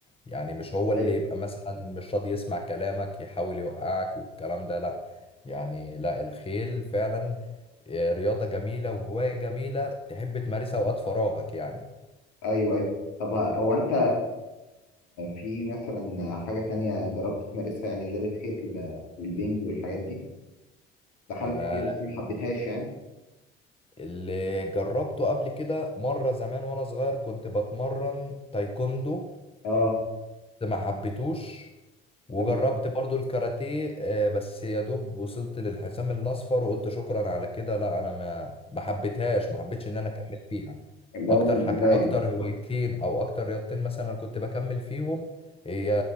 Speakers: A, on the left; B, on the left.
A: يعني مش هو اللي
B: ايوه
A: يبقى مثلا مش راضي يسمع كلامك يحاول يوقعك والكلام ده لا يعني لا الخيل فعلا آه، رياضة جميلة وهواية جميلة تحب تمارسها اوقات فراغك يعني
B: ايوه ايوه طب هو انت في مثلا حاجة تانية جربت تمارسها يعني غير الخيل والبنج والحاجات دي دخلت
A: انا
B: فيها بس ما حبيتهاش يعني
A: اللي جربته قبل كده مره زمان وانا صغير كنت بتمرن تايكوندو
B: اه
A: بس ما حبيتوش وجربت
B: طب
A: برضو الكاراتيه آه، بس يا دوب وصلت للحزام الاصفر وقلت شكرا على كده لا انا ما ما حبيتهاش ما حبيتش ان انا اكمل فيها
B: اللي
A: اكتر
B: هو من البداية
A: حاجه اكتر هوايتين او اكتر رياضتين مثلا كنت بكمل فيهم هي